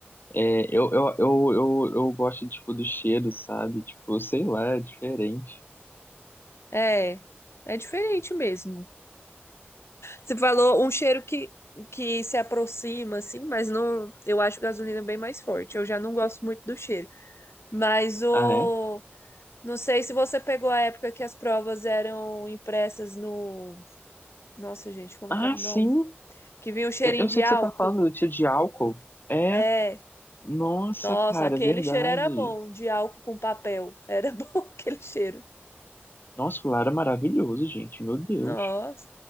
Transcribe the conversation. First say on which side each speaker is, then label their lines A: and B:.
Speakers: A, on the left; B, on the left.
A: é, eu, eu, eu, eu, eu gosto, tipo, do cheiro, sabe? Tipo, sei lá, é diferente.
B: É, é diferente mesmo. Você falou um cheiro que, que se aproxima, assim, mas não. Eu acho gasolina bem mais forte. Eu já não gosto muito do cheiro. Mas o.
A: Ah, é?
B: Não sei se você pegou a época que as provas eram impressas no. Nossa, gente, como
A: Ah,
B: que era o
A: sim!
B: nome? Que vinha o cheirinho
A: Eu, eu
B: de
A: sei
B: álcool.
A: que você tá falando do tio de álcool. É,
B: É.
A: nossa,
B: Nossa,
A: cara,
B: aquele
A: é verdade.
B: cheiro era bom, de álcool com papel. Era <laughs> bom aquele cheiro.
A: Nossa, o lar é maravilhoso, gente. Meu Deus.
B: Nossa.